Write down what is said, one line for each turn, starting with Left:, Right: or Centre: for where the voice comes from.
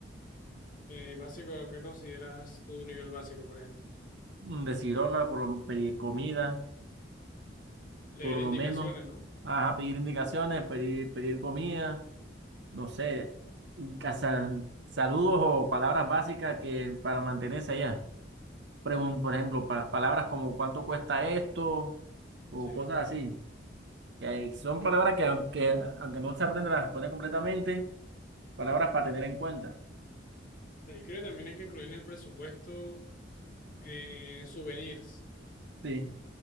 Left: Eh, básico, ¿qué consideras tu nivel básico, por ejemplo?
Right: mm, de cirola, por lo- pedir comida,
Left: Leer
Right: por
Left: indicaciones,
Right: lo menos,
Left: ¿no?
Right: ajá, pedir indicaciones, pedir, pedir comida, no sé, casa- saludos o palabras básicas que para mantenerse allá. Pregun- por ejemplo, pa- palabras como cuánto cuesta esto o
Left: Sí.
Right: cosas así. Que hay- son palabras que aunque, aunque no se aprende a responder completamente, palabras para tener en cuenta.
Left: Yo creo que también hay que incluir en el presupuesto eh, souvenirs.
Right: Sí.